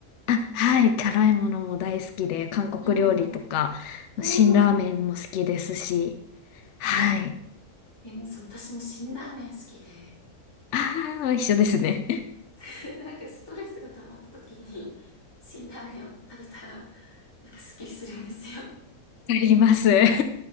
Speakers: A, on the left; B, on the left.
A: あ、はい、辛いものも大好きで、韓国料理とか、
B: うんうん。おー
A: 辛ラーメンも好きですし、はい。
B: います。私も辛ラーメン好きで、
A: ああ、一緒ですね。<laughs>
B: <laughs> なんかストレスが溜まった時に、辛ラーメンを食べたら、なんかスッキリするんですよ。
A: あります。
B: うん
A: <laughs>